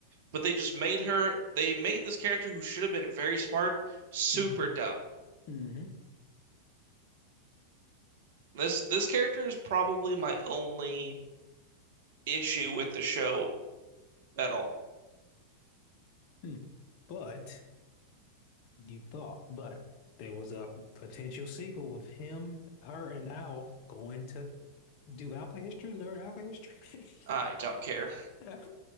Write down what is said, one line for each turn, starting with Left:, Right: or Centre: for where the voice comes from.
Right: But they just made her they made this character who should have been very smart super
Left: hmm
Right: dumb.
Left: hmm
Right: This this character is probably my only issue with the show at all.
Left: Hmm. But you thought, but there was a potential sequel of him, her, and Al going to do alcohol history, learn alcohol history. <laughs>
Right: I don't care.
Left: That